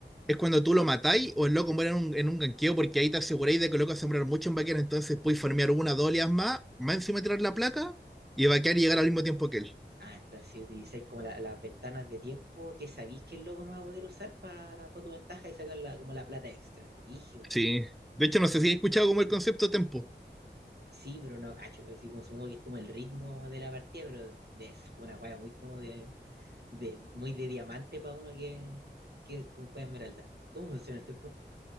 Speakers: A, in the centre; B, on the right.
A: es cuando tú lo matáis o el loco muere en un, en un ganqueo, porque ahí te aseguráis de que el loco va a sembrar mucho en vaquero, entonces podéis farmear una, dos oleadas más, más encima tirar la placa y vaquear y llegar al mismo tiempo que él.
B: Ah, entonces si utilizáis como la- las ventanas de tiempo que sabéis que el loco no va a poder usar para tu ventaja y sacar la, como la plata extra. Rígido.
A: Sí. De hecho, no sé si he escuchado como el concepto tempo.
B: Sí, pero no cacho. Así como supongo que es como el ritmo de la partida, pero es como una wea muy como de, de- muy de diamante para uno que, que con cueva esmeralda. ¿Cómo funciona el tiempo?